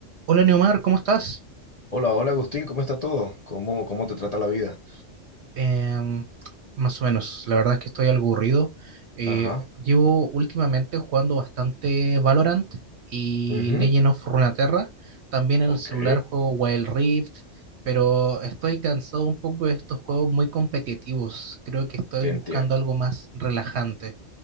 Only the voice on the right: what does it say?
Hola Neomar, ¿cómo estás?
Em, más o menos, la verdad es que estoy algo aburrido. Eh,
llevo últimamente jugando bastante Valorant y
Legend of Runeterra. También en
el celular juego Wild Rift, pero estoy cansado un poco de estos juegos muy competitivos. Creo que estoy
buscando
algo más relajante.